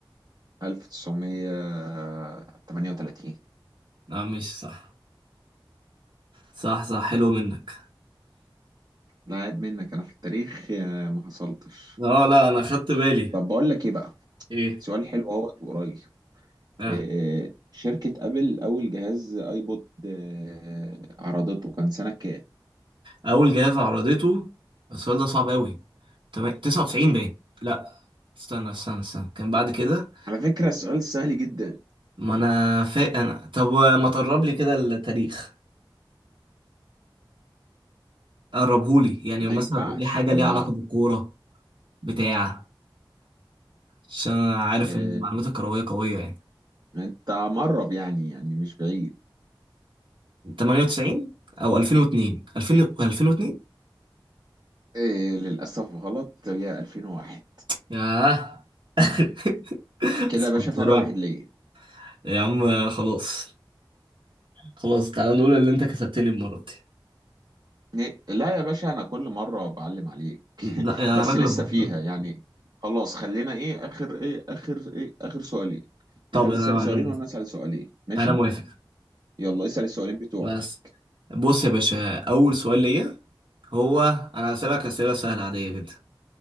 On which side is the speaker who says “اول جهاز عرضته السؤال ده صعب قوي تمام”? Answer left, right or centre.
Right